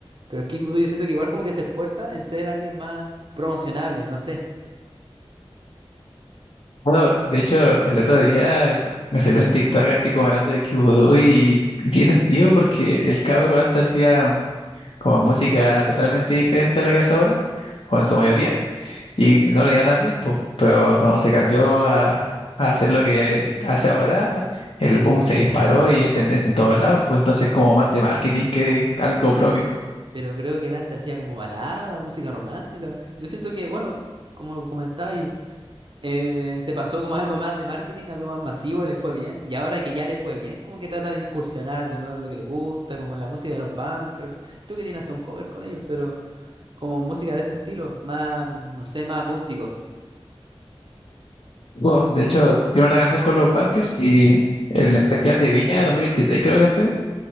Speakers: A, on the right; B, on the left.
A: Pero Kick Voodoo yo siento que igual como que se esfuerza en ser alguien más promocionable, no sé.
B: Bueno, de hecho, el otro día me salió en TikTok así como hablando de Kid Voodoo y, y tiene sentido porque el cabro antes hacía como música totalmente diferente a la que hace ahora, o en su mayoría. Y no le iba tan bien, po. Pero cuando se cambió a, a hacer lo que hace ahora, el boom se disparó y es tendencia en todos lados, pues entonces como más de marketing que algo propio.
A: Pero creo que él antes hacía como balada, música romántica. Yo siento que, bueno, como comentabais, eh, se pasó como <laughs> a algo más de marketing, algo más masivo, le fue bien. Y ahora que ya le fue bien, como que trata de incursionar de nuevo en lo que le gusta, como en la música de los Bunkers. Creo que tiene hasta un cover con ellos, pero como música de ese estilo, más, no sé, más acústico.
B: Bueno, de hecho, tiene una canción con los Bunkers y en el festival de Viña 2023 creo que fue,